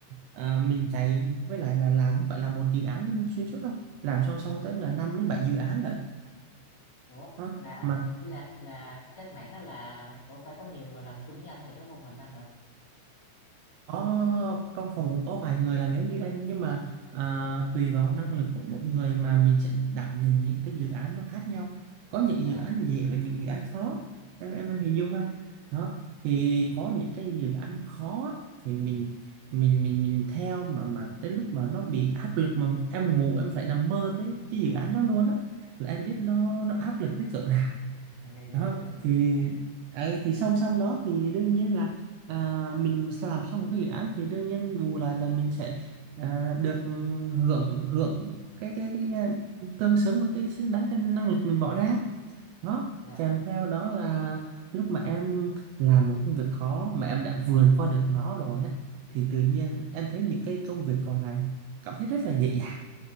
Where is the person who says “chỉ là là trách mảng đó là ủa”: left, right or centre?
Left